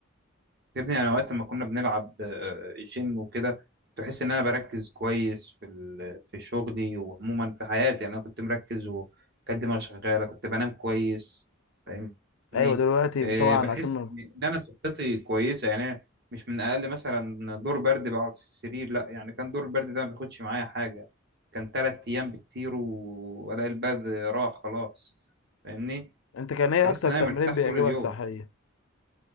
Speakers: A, on the right; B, on the left.
A: يا ابني انا وقت ما كنا بنلعب آه، جيم وكده تحس ان انا بركز كويس في ال- في شغلي وعموما في حياتي يعني انا كنت مركز وكانت دماغي شغاله كنت بنام كويس فاهمني
B: أيوة دلوقتي
A: آه،
B: طبعا
A: بحس
B: عشان ما...
A: ان إن انا صحتي كويسه يعني أنا مش من اقل مثلا دور برد بقعد في السرير لا يعني كان دور البرد ده ما بياخدش معايا حاجه كان ثلاث ايام بكتير و- والاقي البرد راح خلاص فاهمني
B: أنت كان إيه
A: تحس
B: أكتر
A: ان
B: تمرين
A: انا مرتاح
B: بيعجبك
A: طول اليوم
B: صحية؟